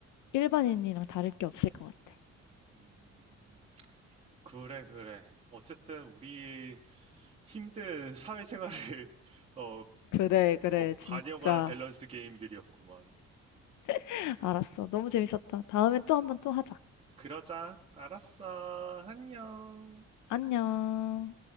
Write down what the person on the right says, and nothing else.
음, 그래, 그래. 어쨌든 우리 힘든 사회생활을 <laughs> 어,
어,
반영한 밸런스 게임들이었구먼.
그러자. 알았어. 안녕.